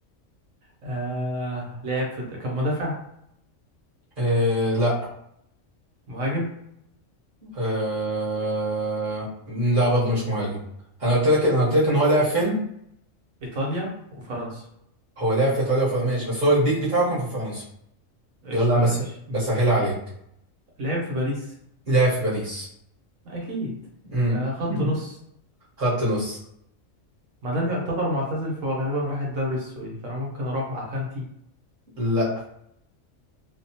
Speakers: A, on the right; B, on the right.
A: آه لعب في الد- كان مدافع
B: إيه لا
A: مهاجم
B: آه لا برضه مش مهاجم انا قلت لك انا قلت لك ان هو لعب فين
A: ايطاليا وفرنسا
B: هو لعب في ايطاليا وفرنسا ماشي بس هو البيك بتاعه كان في فرنسا
A: قشطه
B: يلا انا بس
A: ماشي
B: بسهل عليك
A: لعب في باريس
B: لعب في باريس
A: اكيد
B: امم
A: آه خط
B: <laughs>
A: نص
B: خط نص
A: ما دام يعتبر معتزل فهو غالبا راح الدوري السعودي فانا ممكن اروح مع كانتي
B: لا